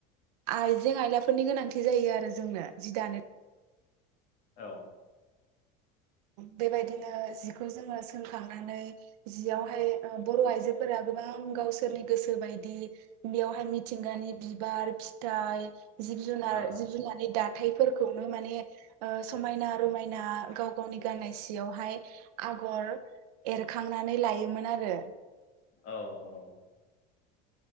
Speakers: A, on the right (about 75°); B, on the left (about 40°).
A: आइजें आयलाफोरनि गोनांथि जायो आरो जोंनो जि दानो
B: औ
A: बेबायदिनो जिखौ जोङो सोंखांनानै जियावहाय ओ बर आइजोफोरा गोबां गावसोरनि गोसो बायदि बेयावहाय मिथिंगानि बिबार फिथाइ जिब जुनार
B: औ
A: जिब जुनारनि दाथाय फोरखौनो माने ओ समायना रमायना गाव गावनि गाननाय सियावहाय आगर एरखांनानै लायोमोन आरो
B: औ औ